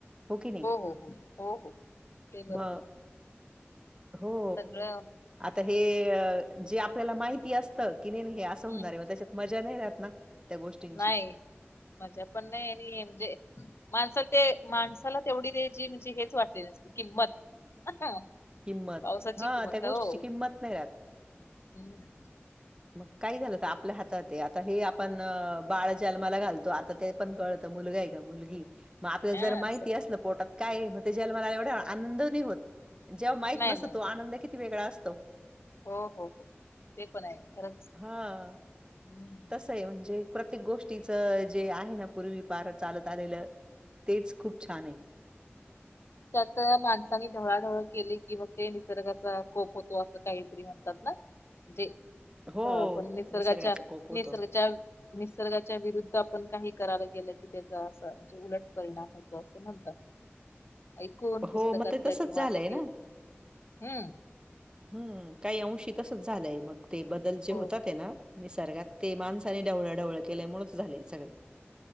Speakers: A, on the right (about 20°); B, on the left (about 70°).
A: हो की नाही
B: हो हो हो हो ते बरोबर
A: म
B: आहे
A: हो.
B: सगळं
A: आता हे अ जे आपल्याला माहिती असतं, की नायी नायी हे असं होणार
B: हम्म
A: आहे म त्येच्यात मजा नाही राहत ना. त्या गोष्टींची
B: नाय मजा पण नाय म्हणजे एनजे माणसल ते माणसाला तेवढी ते जी म्हजे हेच वाटली नसती किंमत. अह!
A: किंमत.
B: पावसाची
A: हां,
B: किंमत
A: त्या गोष्टीची
B: काय ओ
A: किंमत नाही राहत.
B: हम्.
A: मग काही झालं त आपल्या हातातहे आता हे आपण बाळ जन्माला घालतो. आता ते पण कळत, मुलगा हाय का मुलगी मग आपल्याला
B: हा
A: जर माहिती
B: स-
A: अस पोटात काय हाय, मग ते जन्माला आल्याव एवढा आनंद नायी होत. जेव्हा माहित
B: नाही
A: नसतो,
B: नाही
A: तो आनंद किती वेगळा असतो.
B: हो हो हो ते पण हाय खरंच
A: हा.
B: हम्म.
A: <unintelligible> म्हणजे प्रत्येक गोष्टीच जे आहे ना पूर्वीपार चालत आलेलं तेच खूप छान हाय.
B: त्यात माणसानी ढवळाधवळ केली कि मग ते निसर्गाचा कोप होतो, असं काहीतरी म्हणतात ना. म्हणजे
A: हो
B: अ पण निसर्गाच्या-
A: निसर्गाचा कोप होतो.
B: निसर्गाच्या निसर्गाच्या विरुद्ध आपण काही करायला गेलं की त्याच असं उलट परिणाम होतो अस म्हणतात. ऐकून पुस्तकातलं
A: हो मग ते तसंच
B: किंवा
A: झालंय
B: अस
A: ना.
B: टीव्ही हम्म.
A: हम्म, काहीअंशी तसच झालंय मग ते बदल जे
B: हो
A: होतात ते ना? निसर्गात ते माणसाने ढवळाढवळ केल्यामुळेच झालय सगळे.